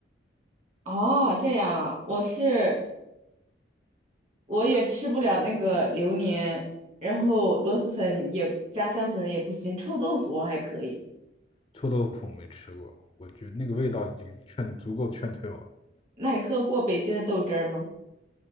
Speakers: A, on the right; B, on the left.
A: 哦，这样啊，我是我也吃不了那个榴莲，然后螺蛳粉也加酸笋也不行，臭豆腐我还可以。
B: 臭豆腐没吃过，我觉得那个味道已经劝足够劝退我了。
A: 那你喝过北京的豆汁儿吗？